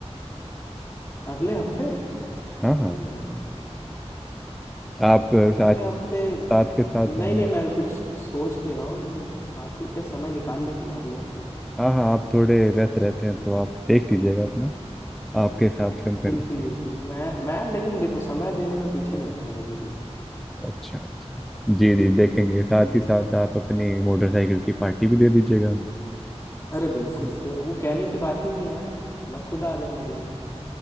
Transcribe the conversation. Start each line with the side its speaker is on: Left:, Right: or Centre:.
Left: अगले हफ्ते हम्म
Centre: हाँ हाँ आप अ,
Left: अगले
Centre: साथ
Left: हफ्ते
Centre: साथ के साथ
Left: नहीं
Centre: हमें
Left: नहीं मैं कुछ सोच नहीं रहा हूँ लेकिन हाँ ठीक है समय निकाल लेंगे अगले हफ्ते
Centre: हाँ हाँ आप थोड़े व्यस्त रहते हैं तो आप देख लीजिएगा अपना आपके हिसाब से हम कर
Left: बिल्कुल
Centre: लेंगे
Left: बिल्कुल मैं मैं लेकिन देखो समय देने में पीछे नहीं हटता कभी भी
Centre: अच्छा अच्छा जी जी देखेंगे साथ ही साथ आप अपनी मोटरसाइकिल की पार्टी भी दे दीजिएगा हमें
Left: अरे बिल्कुल क्यों वो कहने की बात ही नहीं है यार मैं खुद आ जाऊंगा देने के लिए